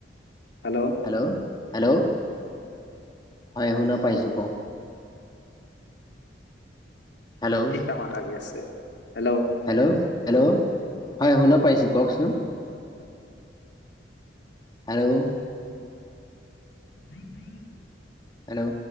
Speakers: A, on the left (about 70°); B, on the left (about 25°).
A: হেল্ল'
B: হেল্ল' হেল্ল' হয় শুনা পাইছোঁ কওক হেল্ল'
A: িকা মাৰ গি আছে হেল্ল'
B: হেল্ল' হেল্ল' হয় শুনা পাইছো কওকচোন হেল্ল'
A: ব বেই
B: হেল্ল'